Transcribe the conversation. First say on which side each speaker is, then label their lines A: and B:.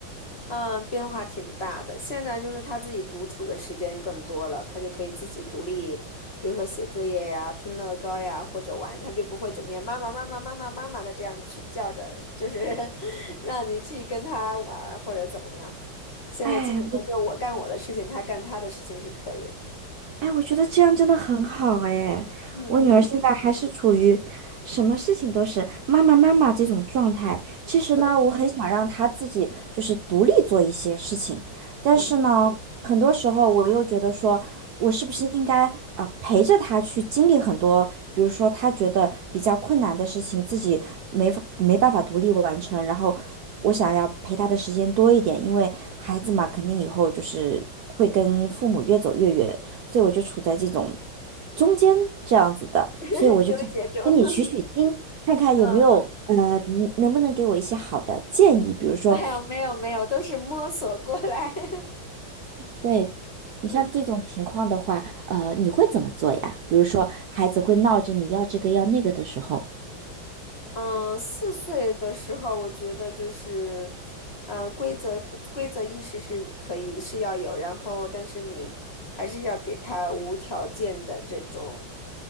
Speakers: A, on the left; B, on the right.
A: 嗯，变化挺大的。现在就是他自己独处的时间更多了，他就可以自己独立，比如说写作业呀、拼乐高呀，或者玩，他就不会整天妈妈妈妈妈妈妈妈的这样去叫着，就是 <laughs> 让你去跟他玩儿或者怎么样。现在基本上就是我干我的事情，
B: 哎，我
A: 他干他的事情是可以的
B: 哎，我觉得这样真的很好哎。
A: 嗯嗯，
B: 我女儿现在还是处于什么事情都是妈妈妈妈这种状态。其实呢，
A: 对，
B: 我很想让她自己就是独立做一些事情，但是呢，
A: 嗯，
B: 很多时候我又觉得说，我是不是应该呃陪着她去经历很多，比如说她觉得比较困难的事情，自己没法没办法独立完成，然后我想要陪她的时间多一点，因为孩子嘛，肯定以后就是会跟父母越走越远。所以我就处在这种中间这样子的，
A: <laughs>
B: 所以我就想跟你取取经，
A: 纠结中，<laughs>
B: 看看有没有呃能能不能给我一些好的建议，
A: 嗯嗯，
B: 比如说，
A: 哎呀，没有没有，都是摸索过来。<laughs>
B: 对你像这种情况的话，
A: 嗯。
B: 呃，你会怎么做呀？比如说孩子会闹着你要这个要那个的时候。
A: 嗯，四岁的时候，我觉得就是，呃，规则规则意识是可以是要有，然后但是你还是要给他无条件的这种